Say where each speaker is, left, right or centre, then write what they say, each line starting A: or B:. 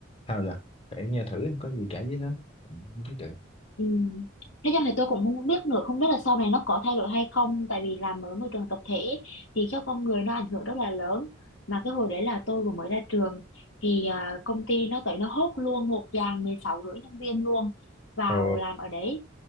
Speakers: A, on the left; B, on the left.
A: sao vậy để nghe thử có gì cãi với nó Ừ, không biết được
B: Ừ. Nói chung thì tôi cũng không biết nữa, không biết là sau này nó có thay đổi hay không, tại vì làm ở môi trường tập thể thì các con người nó ảnh hưởng rất là lớn. Mà cái hồi đấy là tôi vừa mới ra trường thì à, công ty nó tới nó hốt luôn một dàn 16 rưỡi nhân viên luôn vào
A: ờ
B: làm ở đấy.